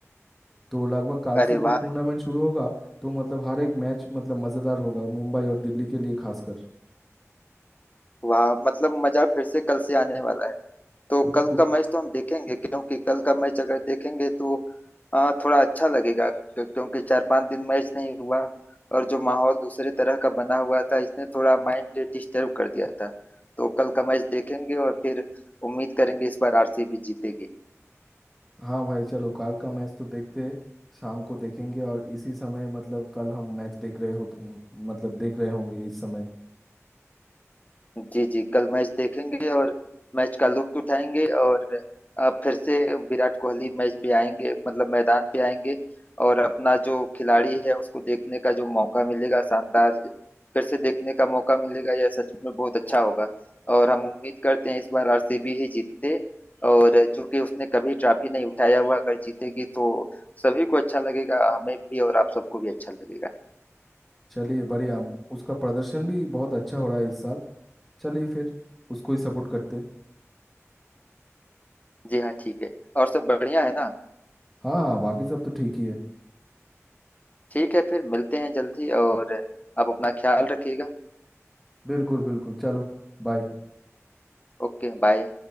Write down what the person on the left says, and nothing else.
अरे
वाह
वाह मतलब मजा फिर से कल से आने वाला है तो
कल का मैच तो हम देखेंगे क्योंकि कल का मैच अगर देखेंगे तो आ, थोड़ा अच्छा लगेगा क्यों- क्योंकि चार पांच दिन मैच नहीं हुआ और जो माहौल दूसरे तरह का बना हुआ था इसने थोड़ा माइंड डिस्टर्ब कर दिया था तो कल का मैच देखेंगे और फिर उम्मीद करेंगे इस बार आरसीबी जीतेगी
जी जी कल मैच देखेंगे और मैच का लुत्फ उठाएंगे और अ, फिर से विराट कोहली मैच पे आएंगे मतलब मैदान पे आएंगे और अपना जो खिलाड़ी है उसको देखने का जो मौका मिलेगा शानदार फिर से देखने का मौका मिलेगा यह सच में बहुत अच्छा होगा और हम उम्मीद करते हैं इस बार आरसीबी ही जीते और चूंकि उसने कभी ट्रॉफी नहीं उठाया हुआ अगर जीतेगी तो सभी को अच्छा लगेगा हमें भी और आप सबको भी अच्छा लगेगा
जी हाँ ठीक है और सब बढ़िया है ना
ठीक है फिर मिलते हैं जल्दी और आप अपना ख्याल रखिएगा
Okay bye